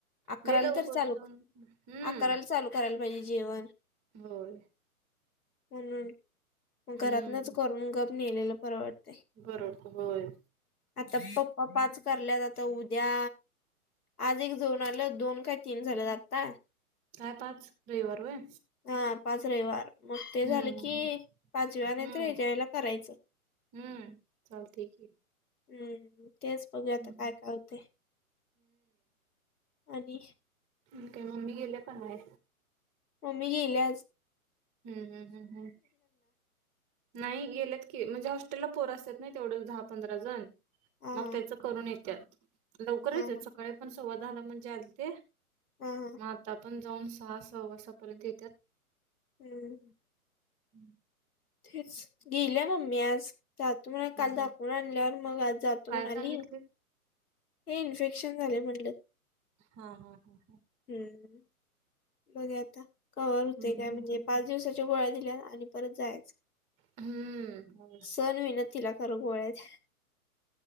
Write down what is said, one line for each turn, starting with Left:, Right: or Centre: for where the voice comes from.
Left: अकराला
Right: लई लाऊकर
Left: तर चालू
Right: जाऊन हम्म.
Left: अकराला चालू करायला पाहिजे जेवण.
Right: होय.
Left: म्हणून
Right: हं.
Left: घरातनच करून ग आप नेलेला परवडत.
Right: बरोबर होय.
Left: आता पप्पा पाच करल्यात आता उद्या. आज एक जऊन आलं दोन काय तीन झालं ज आता.
Right: काय पाच रविवार वय
Left: हा पाच रविवार मग ते झालं
Right: हम्म
Left: की पाचवी वार नाहीतच्या
Right: हम्म.
Left: वला करायचं
Right: हम्म चालतय की.
Left: हम्म तेच बघू आता
Right: हम्म
Left: काय काय होते आणि
Right: ठीकय मम्मी गेले पण आहे.
Left: मग मी गेलेज.
Right: हम्म हम्म हम् हम्. नाही गेल्यात की म्हणजे हॉस्टेलला पोर असत नाही तेवढं दहा पंधरा जण-
Left: हा
Right: मग
Left: हा
Right: त्याच करून येत लवकरच
Left: हा हा
Right: य सकाळी पण सववाध आला म्हणजे आल ते.
Left: हा हा
Right: मग आता पण जाऊन सहा सहा वासापर्यंत येत.
Left: हम्म.
Right: हम्म.
Left: तेच गेल्या मम्मी आज जातो म्हणा काल दाखवून
Right: हा
Left: आणल्यावर मग आज जातो
Right: काय
Left: म्हणा आली.
Right: सांगितलीत
Left: हे इन्फेक्शन झाले म्हटलं.
Right: हा हा हा हा.
Left: हम्म बघ आता कवर होते
Right: हम्म
Left: काय
Right: हम्म
Left: म्हणजे
Right: हम्म.
Left: पाच दिवसा गोळ्या दिल्या आणि परत जाय
Right: हम्म
Left: सण मन. तिला खरं गोळच.